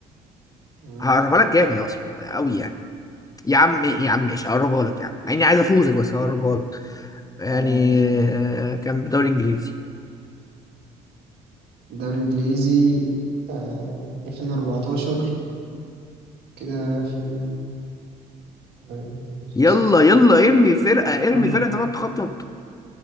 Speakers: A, on the right (about 65°); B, on the left (about 20°).
A: مم،
B: هقربها لك جامد اصلا قوي يعني يا عم يا عم ماشي هقربها لك يعني مع اني عايز افوزك بس هقربها لك يعني
A: تمام
B: آه، كان بدوري انجليزي
A: الدوري الانجليزي آه، 2014 كده في مين؟ آه،
B: يلا
A: سيتي
B: يلا ارمي فرقه ارمي
A: استنى
B: فرقه انت بقى تخطط